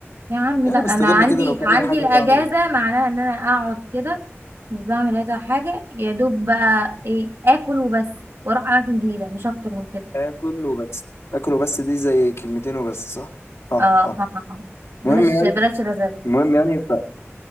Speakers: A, on the right; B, on the left.
A: يا عم
B: يعني
A: لا انا
B: بستغل
A: عندي
B: كده لو في
A: عندي
B: اي حاجه
A: الاجازه
B: اقدر اعملها
A: معناها ان انا اقعد كده مش بعمل هذا حاجه يا دوب بقى ايه اكل وبس واروح اماكن جديده مش اكتر من كده
B: اكل وبس اكل وبس دي زي كلمتين وبس صح اه
A: اه
B: اه
A: <laughs>
B: المهم
A: بلاش
B: يعني
A: بلاش رزاله
B: المهم يعني ف